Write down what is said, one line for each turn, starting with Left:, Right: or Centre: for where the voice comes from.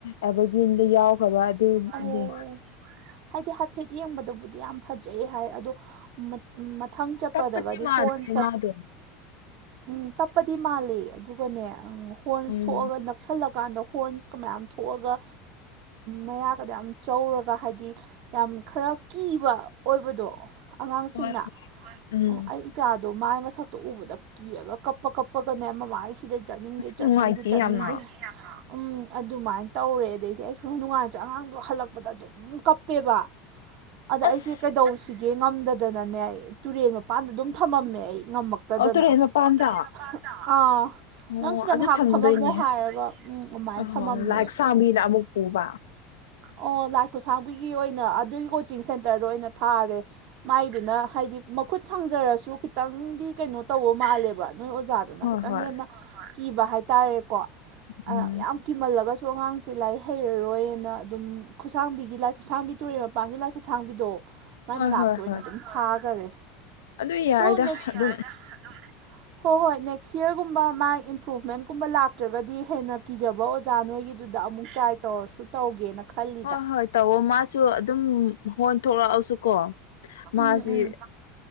Left: ꯑꯦꯚꯔꯒ꯭ꯔꯤꯟꯗ ꯌꯥꯎꯈ꯭ꯔꯕ ꯑꯗꯨꯅꯦ
Right: ꯑꯣ ꯍꯥꯏꯗꯤ ꯍꯥꯏꯐꯦꯠ ꯌꯦꯡꯕꯗꯕꯨꯗꯤ ꯌꯥꯝ ꯐꯖꯩ ꯍꯥꯏ ꯑꯗꯣ ꯃꯊꯪꯡ ꯆꯠꯄꯗꯒꯗꯤ
Left: ꯇꯞꯄꯗꯤ ꯃꯥꯟꯕꯅꯦ
Right: ꯍꯣꯔꯟ
Left: ꯃꯥꯗꯣ
Right: ꯎꯝ ꯇꯞꯄꯗꯤ ꯃꯥꯜꯂꯤ ꯑꯗꯨꯒꯅꯦ ꯎꯝ ꯍꯣꯔꯟꯁ
Left: ꯎꯝ
Right: ꯊꯣꯛꯑꯒ ꯀꯛꯁꯜꯂꯀꯥꯟꯗ ꯍꯣꯔꯟꯁꯀ ꯃꯌꯥꯝ ꯊꯣꯛꯑꯒ ꯃꯌꯥꯀꯗ ꯌꯥꯝ ꯆꯧꯔꯒ ꯍꯥꯏꯗꯤ ꯌꯥꯝ ꯈꯔ ꯀꯤꯕ ꯑꯣꯏꯕꯗꯣ ꯑꯉꯥꯡꯁꯤꯡꯅ
Left: ꯍꯣꯏ ꯎꯝ
Right: ꯑꯩ ꯏꯆꯥꯗꯣ ꯃꯥꯏ ꯃꯁꯛꯇꯣ ꯎꯕꯗ ꯀꯤꯔꯒ ꯀꯞꯄ ꯀꯞꯄꯒꯅꯦ ꯃꯃꯥ ꯑꯩ ꯁꯤꯗ ꯆꯠꯅꯤꯡꯗꯦ
Left: ꯑꯁ
Right: ꯆꯠꯅꯤꯡꯗꯦ
Left: ꯅꯨꯡꯉꯥꯏꯇꯦ
Right: ꯆꯠꯅꯤꯡꯗꯦ
Left: ꯌꯥꯝꯅ
Right: ꯎꯝ ꯑꯗꯨꯃꯥꯏꯅ ꯇꯧꯔꯦ ꯑꯗꯩꯗꯤ ꯑꯩꯁꯨ ꯅꯨꯡꯉꯥꯏꯇ꯭ꯔꯦ ꯑꯉꯥꯡꯗꯣ ꯍꯜꯂꯛꯄꯗ ꯑꯗꯨꯝ ꯀꯞꯄꯦꯕ ꯑꯗ
Left: ꯑꯁ
Right: ꯑꯩꯁꯦ ꯀꯩꯗꯧꯁꯤꯒꯦ ꯉꯝꯗꯗꯅꯅꯦ ꯇꯨꯔꯦꯟ ꯃꯄꯥꯟꯗ ꯑꯗꯨꯝ ꯊꯝꯃꯝꯃꯦ ꯑꯩ ꯉꯥꯝꯃꯛꯇꯗ
Left: ꯇꯨꯔꯦꯟ
Right: ꯑꯣ
Left: ꯃꯄꯥꯟꯗ
Right: ꯇꯨꯔꯦꯟ ꯃꯄꯥꯟꯗ ꯑꯥ
Left: ꯑꯣ
Right: ꯅꯪ ꯁꯤꯗ
Left: ꯑꯗꯨ
Right: ꯉꯥꯏꯍꯥꯛ
Left: ꯊꯝꯗꯣꯏꯅꯦ
Right: ꯐꯝꯃꯝꯃꯣ ꯍꯥꯏꯔꯒ ꯎꯝ ꯑꯗꯨꯃꯥꯏꯅ
Left: ꯑꯍꯣꯏ
Right: ꯊꯝꯃꯝꯃꯦ
Left: ꯂꯥꯏꯛ ꯁꯥꯕꯤꯅ ꯑꯃꯨꯛ ꯄꯨꯕ
Right: ꯑꯣ ꯂꯥꯏꯠ ꯈꯨꯁꯥꯡꯕꯤꯒꯤ ꯑꯣꯏꯅ ꯑꯗꯨꯒꯤ ꯀꯣꯆꯤꯡ ꯁꯦꯟꯇꯔꯗ ꯑꯣꯏꯅ ꯊꯥꯔꯦ ꯃꯥꯏꯗꯨꯅ ꯍꯥꯏꯗꯤ ꯃꯈꯨꯠ ꯁꯥꯡꯖꯔꯁꯨ ꯈꯤꯇꯪꯗꯤ ꯀꯩꯅꯣ ꯇꯧꯕ ꯃꯥꯜꯂꯦꯕ ꯅꯣꯏ ꯑꯣꯖꯥꯗꯨꯅ
Left: ꯍꯣꯏ
Right: ꯈꯤꯇꯪ
Left: ꯍꯣꯏ
Right: ꯍꯦꯟꯅ ꯀꯤꯕ ꯍꯥꯏꯇꯥꯔꯦꯀꯣ
Left: ꯎꯝ
Right: ꯑ ꯌꯥꯝ ꯀꯤꯃꯜꯂꯒꯁꯨ ꯑꯉꯥꯡꯁꯦ ꯂꯥꯏꯔꯤ ꯍꯩꯔꯔꯣꯏꯅ ꯑꯗꯨꯝ ꯈꯨꯁꯥꯡꯕꯤꯒꯤ ꯂꯥꯏ ꯈꯨꯁꯥꯡꯕꯤ ꯇꯨꯔꯦꯟ ꯃꯄꯥꯟꯒꯤ ꯂꯥꯏ ꯈꯨꯁꯥꯡꯕꯤꯗꯣ ꯃꯥꯏ
Left: ꯍꯣꯏ
Right: ꯃꯅꯥꯛꯇ
Left: ꯍꯣꯏ
Right: ꯑꯣꯏꯅ
Left: ꯍꯣꯏ
Right: ꯑꯗꯨꯝ ꯊꯥꯈꯔꯦ
Left: ꯑꯗꯨ ꯌꯥꯏꯗ
Right: <unintelligible>
Left: ꯑꯗꯨꯝ
Right: ꯍꯣꯏ ꯍꯣꯏ ꯅꯦꯛꯁ ꯌꯔꯒꯨꯝꯕ ꯃꯥ ꯏꯝꯄ꯭ꯔꯨꯚꯃꯦꯟꯒꯨꯝꯕ ꯂꯥꯛꯇ꯭ꯔꯒꯗꯤ ꯍꯦꯟꯅ ꯀꯤꯖꯕ ꯑꯣ ꯆꯖꯥ ꯅꯣꯏꯒꯤꯗꯨꯗ ꯑꯃꯨꯛ ꯇ꯭ꯔꯥꯏ ꯇꯧꯔꯁꯨ ꯇꯧꯒꯦꯅ ꯈꯜꯂꯤ
Left: ꯍꯣꯏ ꯍꯣꯏ ꯇꯧꯑꯣ ꯃꯥꯁꯨ ꯑꯗꯨꯝ ꯍꯣꯟ ꯊꯣꯛꯂꯛꯑꯁꯨ ꯀꯣ ꯃꯥꯁꯤ
Right: ꯎꯝ ꯎꯝ